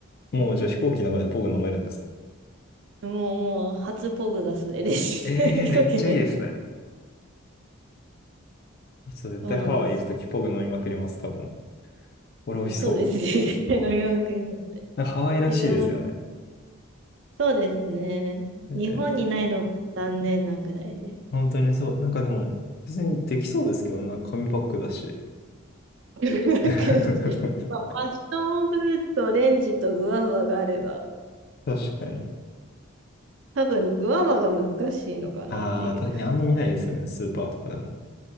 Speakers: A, on the left; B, on the right.
A: もうじゃあ飛行機の中でポグ飲めるんですか
B: もう、もう、初ポグがそれです。
A: ええー、
B: <laughs> 飛行機の
A: めっちゃいいですね。ちょっと絶対ハワイ行くときポグ飲みまくります、
B: そうなんですよ。
A: 多分。これ美味しそう。
B: そうですね。<laughs> 絶対飲みまくりますね。
A: なんかハワイらしいですよね。
B: 自分も、そうですね。
A: えー、
B: 日本にないのが残念なぐらいで。
A: 本当にそう。なんかでも、別にできそうですけどね。なんか紙パックだし。
B: <laughs>
A: <laughs> 確
B: まあ、パッションフルーツとオレンジとグアバがあれば、
A: かに。
B: 多分、グアバが難しいのかなっていう。
A: ああ、確かにあんま見ないですよね。スーパーとかでも。